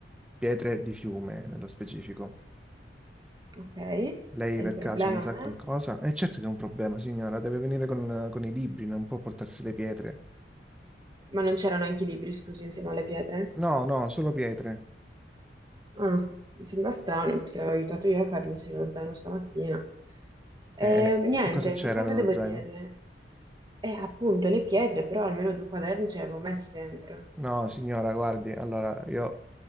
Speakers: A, in the centre; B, on the right.
A: pietre di fiume nello specifico.
B: ok.
A: Lei
B: E
A: per
B: il problema
A: caso ne sa qualcosa?
B: è?
A: Eh, certo che è un problema, signora, deve venire con, con i libri, non può portarsi le pietre.
B: Ma non c'erano anche i libri, scusi, insieme alle pietre?
A: No, no, solo pietre.
B: Ah, mi sembra strano, perché l'avevo aiutato io a fargli il lo zaino stamattina. Eh,
A: E, e-
B: niente,
A: e cosa c'era
B: che cosa
A: nello
B: devo
A: zaino?
B: dirle? Eh, appunto, le pietre, però almeno due quaderni ce le avevo messe dentro.
A: No, signora, guardi, allora io